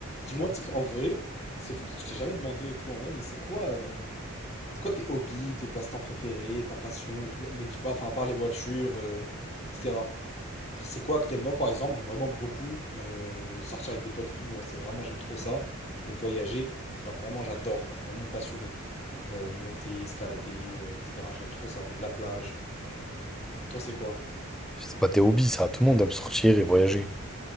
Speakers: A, on the left (about 30°); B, in the centre.
A: Dis-moi, tu sais qu'en vrai, c'est fou parce que je t'ai jamais demandé et tout en vrai, mais c'est quoi, euh, c'est quoi tes hobbies, tes passe-temps préférés, ta passion et tout? Me dis pas, enfin, à part les voitures, euh, etc. Enfin, c'est quoi que t'aimes, moi par exemple, j'aime vraiment beaucoup euh, sortir avec des potes et tout, bon, c'est vraiment, j'aime trop ça. Et voyager, genre vraiment, j'adore, genre je suis vraiment passionné. Euh, monter, escalader, euh, etc. J'aime trop ça. La plage. Toi, c'est quoi?
B: C'est pas tes hobbies, ça. Tout le monde aime sortir et voyager.